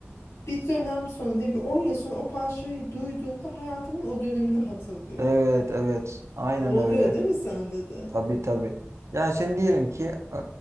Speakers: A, on the left (about 80°); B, on the right (about 85°).
A: bir dönem sonra diyelim ki 10 yıl sonra o parçayı duyduğumda hayatımın o dönemini hatırlıyorum.
B: Evet evet. Aynen
A: Bu oluyor
B: öyle.
A: değil mi sende de?
B: Tabii tabii. Yani şimdi diyelim ki e,